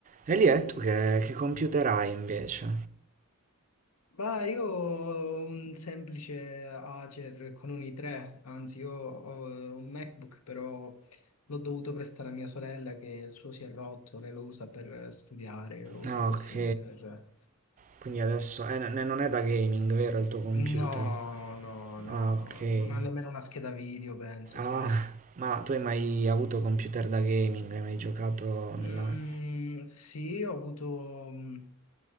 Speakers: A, on the right; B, on the left.
A: E lì è tu che, che computer hai invece?
B: Ma io ho un semplice Acer con un i3, anzi io ho eh, un MacBook, però l'ho dovuto prestare a mia sorella che il suo si è rotto, lei lo usa per studiare, io lo uso
A: Ah,
B: così
A: ok.
B: per...
A: Quindi adesso eh, n- non è da gaming, vero, il tuo computer?
B: No, no, no,
A: Ah, ok.
B: no, non ha nemmeno una scheda video, penso, sai.
A: Ah, <laughs> ma tu hai mai avuto computer da gaming? Hai mai giocato
B: Mm,
A: online?
B: sì, ho avuto... mm,